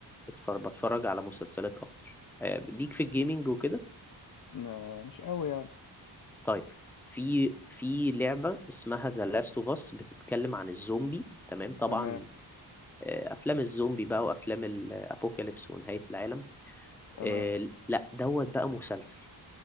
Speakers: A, in the centre; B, on the left.
A: بتفرج بتفرج على مسلسلات اكتر آه ليك في الجيمينج وكده
B: ما- مش قوي يعني
A: طيب في في لعبة اسمها ذا لاست اوف اس بتتكلم عن الزومبي تمام طبعا
B: تمام
A: آه، افلام الزومبي بقى وافلام الابوكاليبس ونهاية العالم
B: تمام
A: آه، لا دوت بقى مسلسل